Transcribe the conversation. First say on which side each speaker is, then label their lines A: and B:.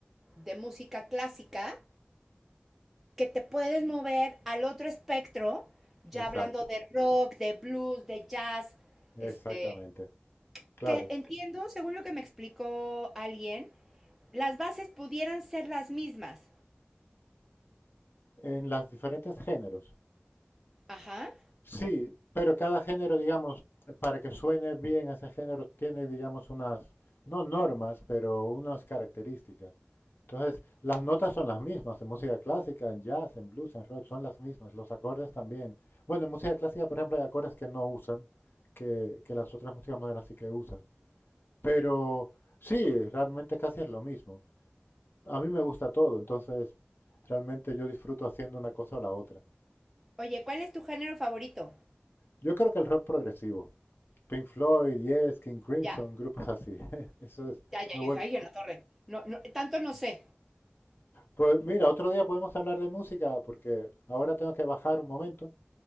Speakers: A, in the centre; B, on the left (about 60°).
A: de música clásica que te puedes mover al otro espectro, ya
B: Exacto,
A: hablando de rock, de blues, de jazz,
B: exactamente,
A: este,
B: claro,
A: que entiendo, según lo que me explicó alguien, las bases pudieran ser las mismas.
B: en los diferentes géneros.
A: Ajá.
B: Sí, pero cada género, digamos, para que suene bien ese género, tiene, digamos, unas, no normas, pero unas características. Entonces, las notas son las mismas en música clásica, en jazz, en blues, en rock, son las mismas, los acordes también. Bueno, en música clásica, por ejemplo, hay acordes que no usan, que, que las otras músicas modernas sí que usan. Pero sí, realmente casi es lo mismo. A mí me gusta todo, entonces realmente yo disfruto haciendo una cosa o la otra.
A: Oye, ¿cuál es tu género favorito?
B: Yo creo que el rock progresivo. Pink Floyd, Yes, King Crimson,
A: Ya.
B: grupos así. <laughs> Eso es,
A: Ya, ya,
B: me vuelve.
A: yo dije, ay, en la torre. No, no, tanto no sé.
B: Pues mira, otro día podemos hablar de música porque ahora tengo que bajar un momento,